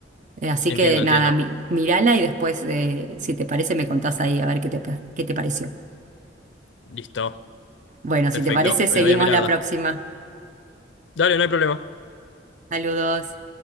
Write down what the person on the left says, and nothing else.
Entiendo,
entiendo.
Listo.
Perfecto.
Lo voy a mirar.
da.
Dale, no hay problema.